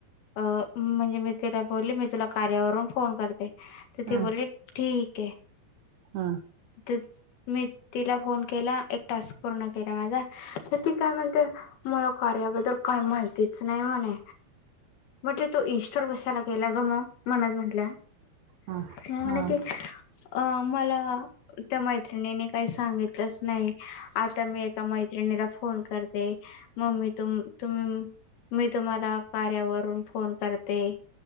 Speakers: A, on the left (about 80°); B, on the right (about 75°).
A: अ म्हणजे मी तिला बोलली मी तुला कार्यावरून फोन करते. त
B: हा
A: ती बोलली ठीकये.
B: हा
A: ते मी. तिला फोन केला एक टास् पूर्ण केला माझा तर ती काय म्हणते कार्याबद्ल तर काही माहितीच नाही म्हणे म्ह तो इनस्ॉर कशाला केला ग मग मनात म्हटल्या
B: हा
A: म्हणे
B: हा.
A: कि अ मला <unintelligible> त्या मैत्रिणीनी काही सांगितलंच नाही आता मी एका मै मैत्रिणीला फोन करते मममी तुम्ही <unintelligible> मी तुम्हाला कार्यावरून फोन कर. ते